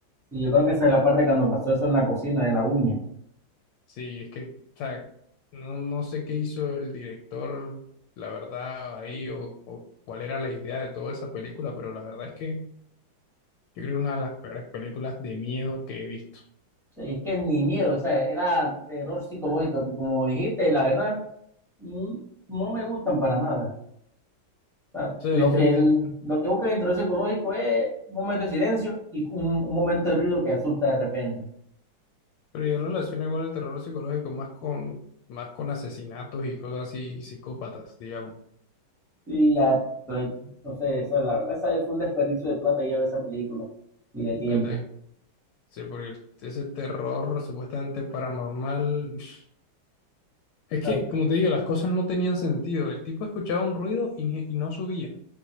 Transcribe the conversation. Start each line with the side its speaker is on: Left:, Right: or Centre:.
Centre: y yo creo que esa es la parte cuando pasó eso en la cocina de la uña.
Left: Sí, es que, o sea, no, no sé qué hizo el director, la verdad, ahí, o, o cuál era la idea de toda esa película, pero la verdad es que yo creo que es una de las peores películas de miedo que he visto.
Centre: O sea, y es que ni miedo, o sea, era terror psicológico, que como dijiste, la verdad, mm, no me gustan para nada. sea,
Left: O sea,
Centre: lo
Left: es que
Centre: que,
Left: el ter-
Centre: el- lo que busca en el terror psicológico es un momento de silencio y un, un momento de ruido que asusta de repente.
Left: pero yo relaciono igual el terror psicológico más con, más con asesinatos y cosas así, y psicópatas, digamos.
Centre: Y ya, pero no sé, eso, la verdad, esa fue un desperdicio de plata ya ver esa película y de tiempo.
Left: La verdad, Sí, porque ese terror supuestamente paranormal, <sniffs> es
Centre: O
Left: que,
Centre: sea,
Left: como te digo, las cosas no tenían sentido. El tipo escuchaba un ruido y, ni- y no subía.